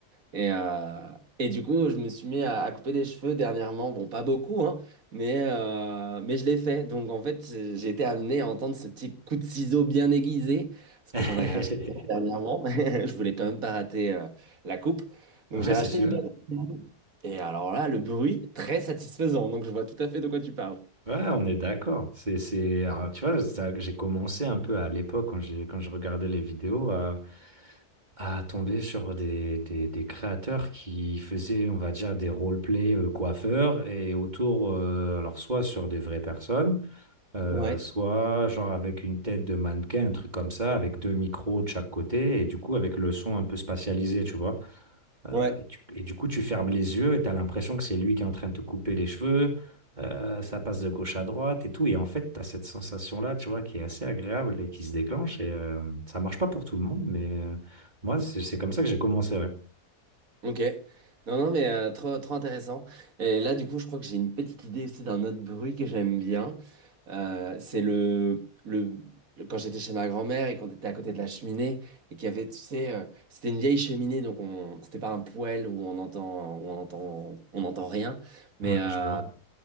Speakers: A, on the right; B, on the right.
A: Et, euh, et du coup, je me suis mis à, à couper des cheveux dernièrement. Bon, pas beaucoup, hein, mais, euh, mais je l'ai fait. Donc, en fait, j'ai j'ai été amené à entendre ce petit coup de ciseau bien aiguisé, parce
B: <laughs>
A: que j'en ai racheté un dernièrement. <laughs> Je voulais quand même pas rater euh, la coupe. Donc,
B: Ouais,
A: j'ai
B: c'est
A: racheté
B: sûr.
A: une paire de ciseaux. Et alors là, le bruit, très satisfaisant. Donc, je vois tout à fait de quoi tu parles.
B: Ouais, on est d'accord. C'est, c'est, alors, tu vois, ça- j'ai commencé un peu à l'époque, quand j'ai, quand je regardais les vidéos, à, à tomber sur des, des, des créateurs qui faisaient, on va dire, des roleplay euh, coiffeurs et autour, euh, alors soit sur des vraies personnes, Euh,
A: Ouais,
B: soit genre avec une tête de mannequin, un truc comme ça, avec deux micros de chaque côté, et du coup avec le son un peu spatialisé, tu vois. Euh,
A: ouais.
B: et, tu- et du coup, tu fermes les yeux et tu as l'impression que c'est lui qui est en train de te couper les cheveux, euh, ça passe de gauche à droite et tout, et en fait, tu as cette sensation-là, tu vois, qui est assez agréable et qui se déclenche, et euh, ça marche pas pour tout le monde, mais euh, moi, c'est c'est comme ça que j'ai commencé, ouais.
A: Ok. Non, non, mais euh, trop, trop intéressant. Et là, du coup, je crois que j'ai une petite idée aussi d'un autre bruit que j'aime bien. Euh, c'est le, le, le- Quand j'étais chez ma grand-mère et qu'on était à côté de la cheminée et qu'il y avait, tu sais, euh, c'était une vieille cheminée, donc on, c'était pas un poêle où on entend, où on entend, on n'entend rien. Mais
B: Ouais,
A: euh,
B: je vois.